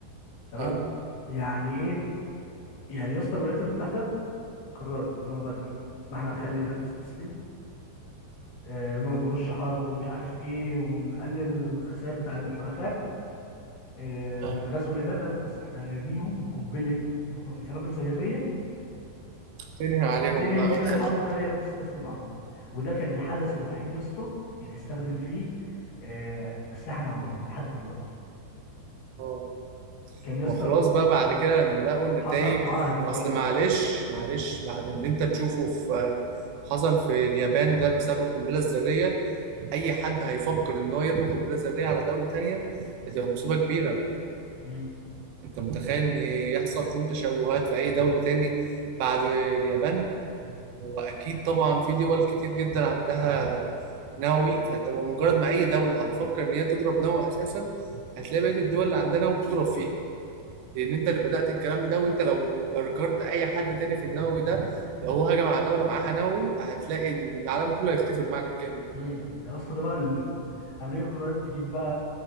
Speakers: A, on the left; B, on the right.
A: تمام
B: أيوه
A: يعني ايه يعني يا اسطى الولايات المتحده قررت ان هو بدل ما احنا نخلي اليابان تستسلم آه نقعد نخش حرب ومش عارف ايه ونقلل الخسائر بتاع الحلفاء آه،
B: أيوه
A: من غزو اليابان قال لك بس احنا هنرميهم بقنبله بقنابل ذريه
B: تنهي عليهم
A: تنهي
B: بقى
A: تنهي
B: وتخليهم
A: الحرب وتخلي اليابان تستسلم على طول وده كان الحدث الوحيد يا اسطى اللي استخدم فيه آه، اسلحه نوويه لحد دلوقتي
B: اه
A: كان يا اسطى
B: وخلاص
A: ال-
B: بقى بعد
A: آه،
B: كده لما لقوا النتائج
A: حصل معاهده اه
B: اصل معلش معلش بعد اللي انت تشوفه في حصل في اليابان ده بسبب القنبله الذريه اي حد هيفكر ان هو يرمي قنبله ذريه على دوله تانية هتبقى مصيبه كبيره
A: مم.
B: انت متخيل ان يحصل فيهم تشوهات في اي دوله تاني بعد اليابان هو اكيد طبعا في دول كتير جدا عندها نووي فانت مجرد ما اي دوله هتفكر ان هي تضرب نووي اساسا هتلاقي بقيه الدول اللي عندها نووي بتضرب فيها لان انت اللي بدات الكلام ده وانت لو جرجرت اي حد تاني في النووي ده لو هو هجم على دوله معاها نووي هتلاقي العالم كله هيختفي بمعنى الكلمه
A: امم يا اسطى ده بقى ال- امريكا قررت تجيب بقى